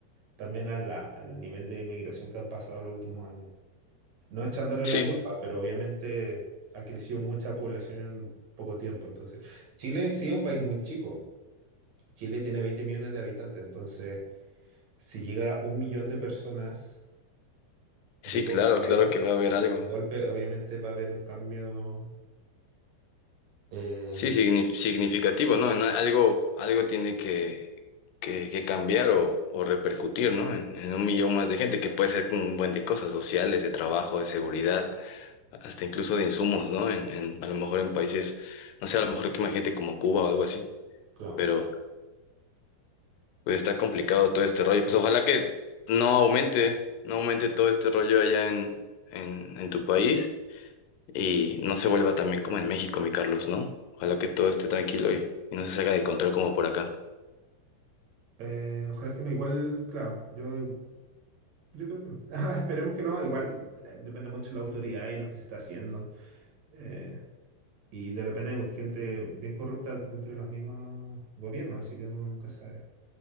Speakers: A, on the right; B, on the left.
A: también a la- al nivel de inmigración que han pasado los últimos años. No echándole
B: Sí,
A: la culpa, pero obviamente ha crecido mucha población en poco tiempo. Entonces, Chile en sí es un país muy chico. Chile tiene 20 millones de habitantes. Entonces, si llega un millón de personas
B: sí,
A: de golpe,
B: claro, claro que va a haber algo.
A: de golpe, obviamente va a haber un cambio. eh,
B: Sí, signi- significativo, ¿no? En a- algo, algo tiene que, que, que cambiar o, o repercutir, ¿no? En, en un millón más de gente, que puede ser un buen de cosas sociales, de trabajo, de seguridad.
A: ah,
B: hasta incluso de insumos, ¿no? En, en, a lo mejor en países, no sé, a lo mejor que imagínate como Cuba o algo así,
A: claro.
B: pero pues está complicado todo este rollo. Pues ojalá que no aumente, no aumente todo este rollo allá en, en, en tu país y no se vuelva también como en México, mi Carlos, ¿no? Ojalá que todo esté tranquilo y, y no se salga de control como por acá.
A: Eh, ojalá que no, igual, claro, yo, yo creo que no. <laughs> Esperemos que no, igual eh, depende mucho de la autoridad y lo que se está haciendo. Eh, Y de repente hay gente bien corrupta dentro de los mismos gobiernos, así que uno nunca sabe.